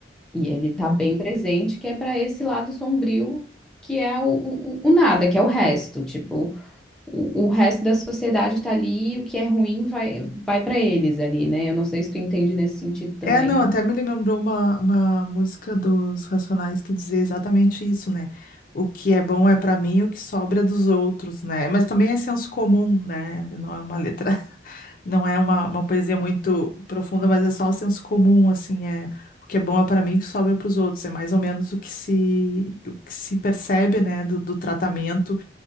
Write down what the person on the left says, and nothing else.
é. é.
É, não, até me lembrou uma, uma música dos Racionais que dizia exatamente isso, né? O que é bom é pra mim, o que sobra é dos outros, né? Mas também é senso comum, né? Não é uma letra, <laughs> não é uma, uma poesia muito profunda, mas é só o senso comum, assim, é o que é bom é pra mim, o que sobra é pros outros. É mais ou menos o que se, o que se percebe, né, do, do tratamento